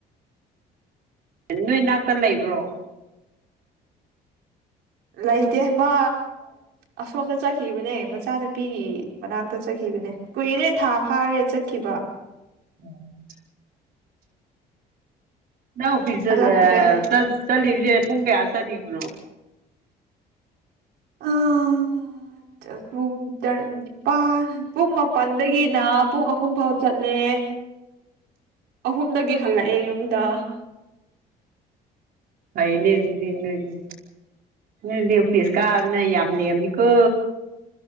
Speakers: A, on the right; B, on the right.
A: ꯍ ꯅꯣꯏ ꯏꯅꯥꯛꯇ ꯂꯩꯕ꯭ꯔꯣ
B: ꯂꯩꯇꯦ ꯃꯥ ꯑꯁꯣꯝꯗ ꯆꯠꯈꯤꯕꯅꯦ ꯃꯆꯥꯅꯨꯄꯤꯒꯤ ꯃꯅꯥꯛꯇ ꯆꯠꯈꯤꯕꯅꯦ ꯀꯨꯏꯔꯦ ꯊꯥ ꯐꯥꯔꯦ ꯆꯠꯈꯤꯕ
A: ꯎꯝ ꯅ ꯑꯣ ꯐꯤꯖ
B: ꯍꯜꯂꯛꯇ꯭ꯔꯦ
A: ꯆ ꯆꯂꯤ ꯍꯧꯦ ꯄꯨꯨꯡꯒꯦ ꯆꯂꯤꯅꯣ
B: <unintelligible> ꯅꯤꯄꯥꯥꯟ ꯄꯨꯡ ꯃꯥꯄꯜꯗꯒꯤꯅ ꯄꯨꯡ ꯑꯍꯨꯝ ꯐꯥꯎ ꯆꯠꯂꯦ ꯑꯍꯨꯝꯗꯒꯤ ꯍꯜꯂꯛꯑꯦ ꯌꯨꯝꯗ
A: ꯐꯩꯅꯗꯤꯅꯅꯤ ꯎꯗꯤ ꯐꯤꯁ ꯀꯥꯗꯅ ꯌꯥꯝ ꯂꯩꯑꯃꯤꯀꯣ